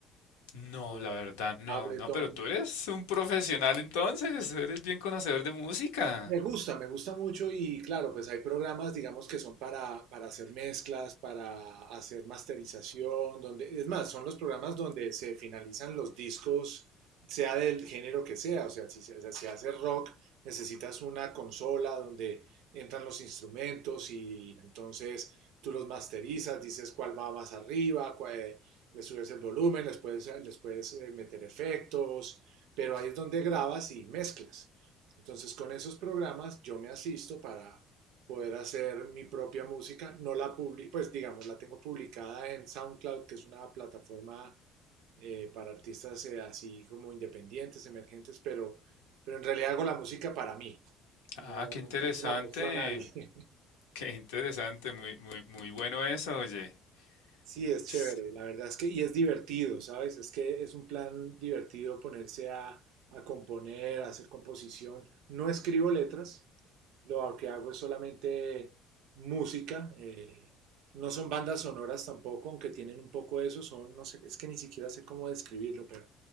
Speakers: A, on the left (about 70°); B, on the right (about 65°).
A: No,
B: o
A: la verdad no,
B: Ableton.
A: no, pero tú eres un profesional entonces, eres bien conocedor de música.
B: Me gusta, me gusta mucho y claro, pues hay programas, digamos, que son para, para hacer mezclas, para hacer masterización, donde, es más, son los programas donde se finalizan los discos, sea del género que sea, o sea, si se si se hace rock, necesitas una consola donde entran los instrumentos y entonces tú los masterizas, dices cuál va más arriba, cuál- le subes el volumen, les puedes, les puedes eh, meter efectos, pero ahí es donde grabas y mezclas. Entonces, con esos programas yo me asisto para poder hacer mi propia música. No la publico, pues digamos, la tengo publicada en SoundCloud, que es una plataforma eh, para artistas eh, así como independientes, emergentes, pero, pero en realidad hago la música para mí. No,
A: Ah, qué interesante,
B: no se la muestro a nadie.
A: qué interesante, muy, muy, muy bueno eso, oye.
B: Sí, es
A: S-
B: chévere, la verdad es que, y es divertido, ¿sabes? Es que es un plan divertido ponerse a, a componer, a hacer composición. No escribo letras, lo que hago es solamente música, eh, no son bandas sonoras tampoco, aunque tienen un poco eso, son, no sé, es que ni siquiera sé cómo describirlo, pero